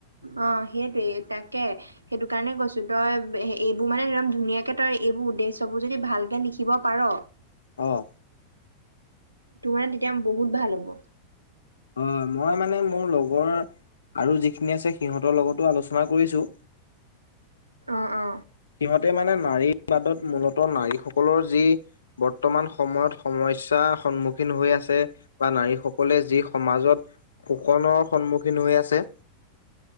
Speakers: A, on the right; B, on the left.
A: অ' সেইটোৱে তাকে। সেইটোকাৰণে কৈছো তই এইবোৰ মানে একদম ধুনীয়াকে তই এইবোৰ উদ্দেশ্যবোৰ যদি ভালকে লিখিব পাৰ!
B: অ'।
A: তোমাৰ তেতিয়া বহুত ভাল হ'ব।
B: হয় মই মানে মোৰ লগৰ আৰু যিখিনি আছে সিহঁতৰ লগতো আলোচনা কৰিছোঁ।
A: অ অ।
B: সিহঁতে মানে নাৰীবাদত মূলতঃ নাৰীসকলৰ যি বৰ্তমান সময়ত সমস্যাৰ সন্মুখীন হৈ আছে বা নাৰীসকলে যি সমাজত শোষণৰ সন্মুখীন হৈ আছে।